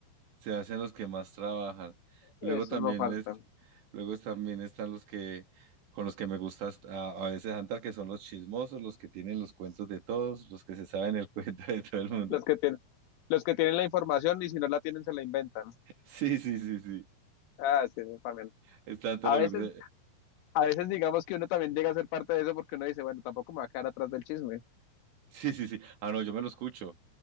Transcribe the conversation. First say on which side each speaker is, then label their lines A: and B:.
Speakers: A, on the right; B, on the left.
A: se hacen los que más trabajan. Luego
B: esos
A: también
B: no faltan.
A: es, luego también están los que, con los que me gusta hasta- a, a veces andar, que son los chismosos, los que tienen los cuentos de todos, los que se saben el <laughs> cuento de todo el mundo.
B: Los que tienen, los que tienen la información y si no la tienen se la inventan.
A: Sí, sí, sí, sí.
B: Ah, sí, no, también.
A: Es tanto
B: A
A: los
B: veces
A: grupos.
B: a veces digamos que uno también llega a ser parte de eso porque uno dice, bueno, tampoco me va a quedar atrás del chisme
A: Sí, sí, sí. Ah, no, yo me lo escucho.